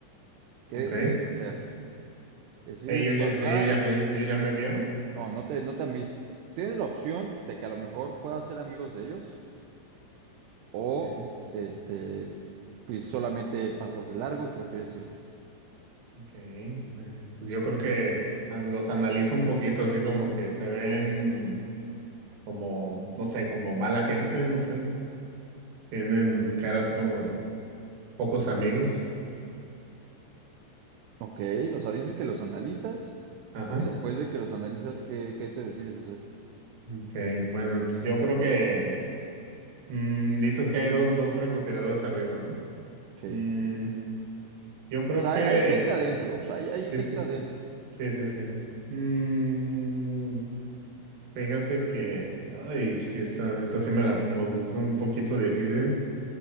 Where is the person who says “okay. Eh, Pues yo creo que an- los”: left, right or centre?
Right